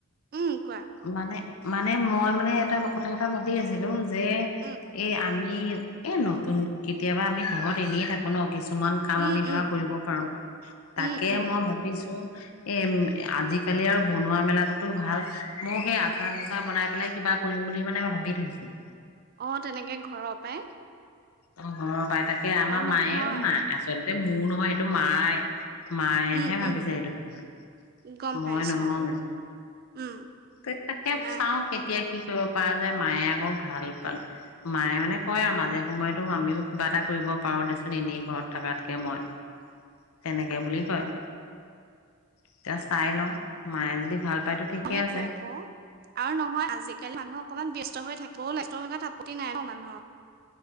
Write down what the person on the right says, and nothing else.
উম কোৱা
উম
উম
উম
উম উম
অ', তেনেকে ঘৰ পাই।
নহয়
উম
উম
গম
পাইছো
অ উম
নাই
সেইটোয়ে
আক আৰু নহয় আজিকালি মানুহ অকনমান ব্যস্ত হৈ থাকে ব'ল সেতু আপত্তি নাই ন মানুহৰ।